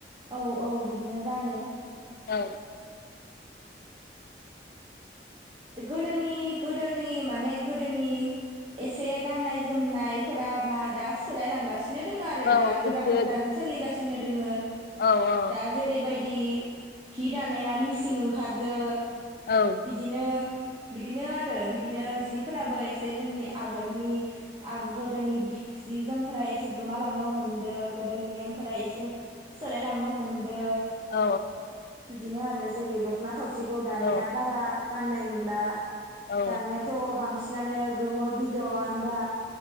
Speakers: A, on the right; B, on the left.
A: औ औ बिदिनो गानो
B: औ
A: गोदोनि गोदोनि माने गोदोनि एसे गाननाय जोमनायफोरा मा दा सोलायलांगासिनो बिनो दङ आरो
B: औ
A: दा गोदान
B: एसे
A: गोदान सोलिगासिनो फिनो दोङो
B: औ औ
A: दा जेरै बायदि बिदि हि दानाया मिसिं ओंखारदो
B: औ
A: बिदिनो बिदिनो आरो बिदिनो जिफोराबो एसे जोंनि आगोलनि आ गोदोनि जि जोमफोरा एसे एसे गोमालांनो हमदो गोदोनि नेमफोरा एसे सोलाय लांनो हमदो
B: औ
A: इदिनो आरो जेरै द'खना थावसिखौ दानिया
B: औ
A: बारा गाननाय नु ला
B: औ
A: दानियाथ' बांसिन सिनानो गोमो बिदन बा